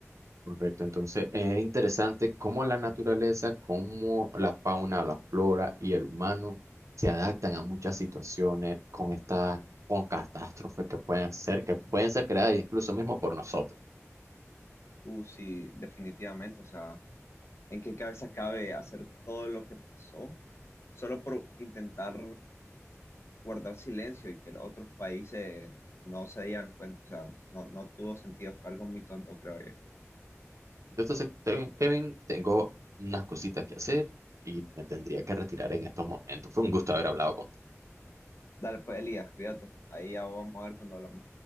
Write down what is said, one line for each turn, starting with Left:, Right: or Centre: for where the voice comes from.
Right: Correcto, entonces es interesante cómo la naturaleza, cómo la fauna, la flora y el humano se adaptan a muchas situaciones con estas, con catástrofes que pueden ser, que pueden ser creadas incluso mismo por nosotros.
Left: Uh, sí, definitivamente. O sea, ¿en qué cabeza cabe hacer todo lo que pasó solo por intentar guardar silencio y que los otros países no se dieran cuenta? O sea, no, no tuvo sentido. Fue algo muy tonto, creo yo.
Right: Yo te acepté, Kevin, tengo unas cositas que hacer y me tendría que retirar en estos momentos. Fue un gusto haber hablado contigo.
Left: Dale, pues, Elías, cuídate. Ahí ya vamos a ver cuando hablamos.